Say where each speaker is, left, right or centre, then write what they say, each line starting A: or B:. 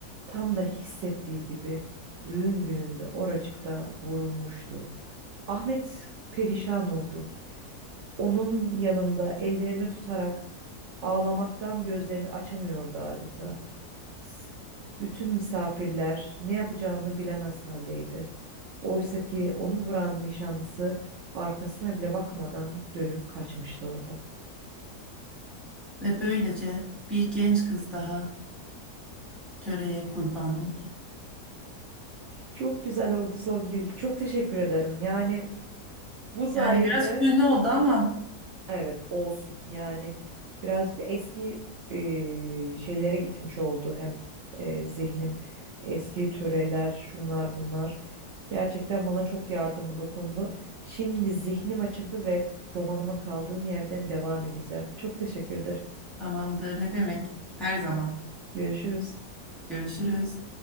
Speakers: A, on the right; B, in the centre.
A: Tam da hissettiği gibi düğün gününde oracıkta vurulmuştu. Ahmet perişan oldu. Onun yanında ellerini tutarak ağlamaktan gözlerini açamıyordu adeta. S- Bütün misafirler ne yapacağını bilemez haldeydi. Oysa ki onu vuran nişanlısı arkasına bile bakmadan dönüp kaçmıştı oradan.
B: Ve böylece bir genç kız daha töreye kurban oldu.
A: Çok güzel oldu Songül. Çok teşekkür ederim. Yani bu sayede
B: Yani biraz hüzünlü oldu ama
A: Evet olsun yani birazcık da eski e, şeylere gitmiş oldu hem e, zihnim eski töreler şunlar bunlar gerçekten bana çok yardımı dokundu. Şimdi zihnim açıldı ve romanıma kaldığım yerden devam edeceğim. Çok teşekkür ederim.
B: tamamdır ne demek her zaman.
A: Görüşürüz.
B: Görüşürüz.